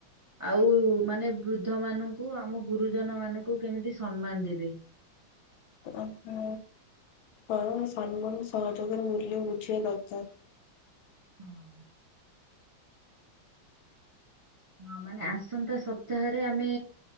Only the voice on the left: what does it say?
ଓ ହୋ। ହଁ ସମ୍ମାନ ସହଯୋଗରେ ମୂଲ୍ୟ ବୁଝିବା ଦରକାର।